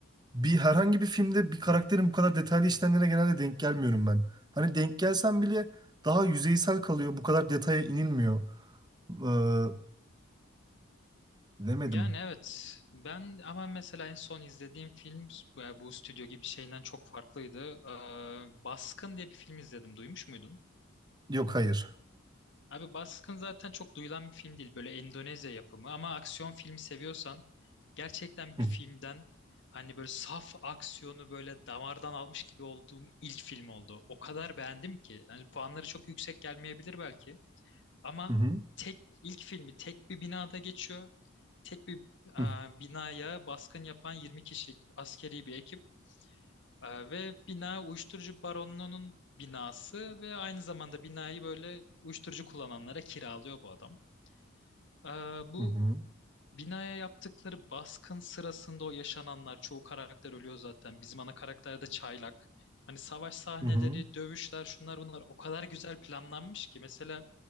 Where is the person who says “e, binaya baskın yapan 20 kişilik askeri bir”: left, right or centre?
Left